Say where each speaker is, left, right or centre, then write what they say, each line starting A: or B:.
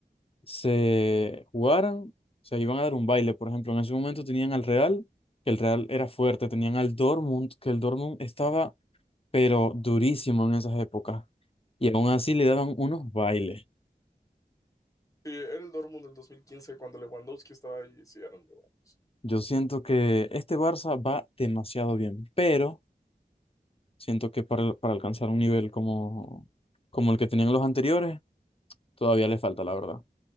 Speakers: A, on the left; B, on the left.
A: se jugaran, se iban a dar un baile. Por ejemplo, en ese momento tenían al Real, que el Real era fuerte, tenían al Dortmund, que el Dortmund estaba, pero durísimo en esas épocas. Y aún así le daban unos bailes.
B: Sí, era el Dortmund del 2015 cuando Lewandowski estaba ahí, sí, eran muy buenos.
A: Yo siento que este Barça va demasiado bien, pero siento que para, para alcanzar un nivel como, como el que tenían los anteriores, todavía le falta, la verdad.